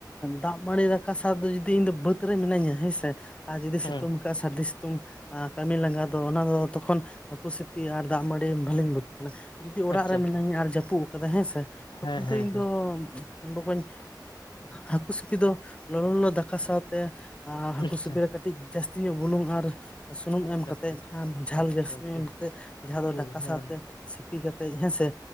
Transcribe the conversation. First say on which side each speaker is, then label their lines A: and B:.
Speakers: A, on the left (about 15°); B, on the left (about 85°).
A: ᱫᱟᱜ ᱢᱟᱹᱲᱤ ᱫᱟᱠᱟ ᱥᱟᱣ ᱫᱚ ᱡᱩᱫᱤ ᱤᱧ ᱫᱚ ᱵᱟᱹᱫᱽ ᱨᱮ ᱢᱤᱱᱟᱹᱧᱟ ᱦᱮᱸ ᱥᱮ ᱟᱨ ᱡᱩᱫᱤ
B: ᱦᱮᱸ
A: ᱥᱤᱛᱩᱝ ᱠᱟᱜᱼᱟ ᱥᱟᱹᱨᱫᱤ ᱥᱤᱛᱩᱝ ᱠᱟᱹᱢᱤ ᱞᱟᱸᱜᱟ ᱫᱚ ᱚᱱᱟ ᱫᱚ ᱛᱚᱠᱷᱚᱱ ᱦᱟᱹᱠᱩ ᱥᱤᱯᱤ ᱟᱨ ᱫᱟᱜ ᱢᱟᱹᱲᱤ ᱵᱷᱟᱹᱞᱤᱧ ᱵᱩᱡ ᱛᱟᱸᱦᱮᱱᱟ ᱡᱩᱫᱤ ᱚᱲᱟᱜ
B: ᱟᱪᱪᱷᱟ
A: ᱨᱮ ᱢᱤᱱᱟᱹᱧᱟ ᱟᱨ ᱡᱟᱹᱯᱩᱫ ᱠᱟᱫᱟ ᱦᱮᱸ ᱥᱮ ᱛᱚᱠᱷᱚᱱ
B: ᱦᱮᱸ
A: ᱫᱚ
B: ᱦᱮᱸ
A: ᱤᱧ
B: ᱦᱮᱸ
A: ᱫᱚ ᱵᱚᱠᱚᱧ ᱦᱟᱹᱠᱩ ᱥᱤᱯᱤ ᱫᱚ ᱞᱚᱞᱚ ᱞᱚᱞᱚ ᱫᱟᱠᱟ ᱥᱟᱶᱛᱮ ᱟᱨ ᱦᱟᱹᱠᱩ
B: ᱟᱪᱪᱷᱟ
A: ᱥᱤᱯᱤ ᱨᱮ ᱠᱟᱹᱴᱤᱡ ᱡᱟᱹᱥᱛᱤ ᱧᱚᱜ ᱵᱩᱞᱩᱝ ᱟᱨ ᱥᱩᱱᱩᱢ
B: ᱟᱪᱪᱷᱟ
A: ᱮᱢ ᱠᱟᱛᱮᱜ
B: ᱟᱪᱪᱷᱟ
A: ᱟᱢ ᱡᱷᱟᱞ
B: ᱟᱪᱪᱷᱟ
A: ᱡᱟᱹᱥᱛᱤ
B: ᱟᱪᱪᱷᱟ
A: ᱮᱢ ᱠᱟᱛᱮᱜ ᱡᱷᱟᱞ ᱫᱟᱠᱟ
B: ᱚ ᱦᱮᱸ
A: ᱥᱟᱶᱛᱮ ᱥᱤᱯᱤ ᱠᱟᱛᱮᱜ ᱦᱮᱸ ᱥᱮ